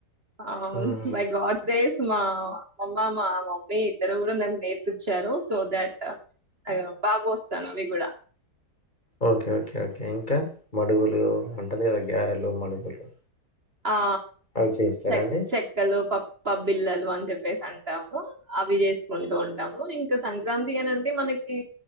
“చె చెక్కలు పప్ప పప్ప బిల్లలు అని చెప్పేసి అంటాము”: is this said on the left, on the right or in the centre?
Right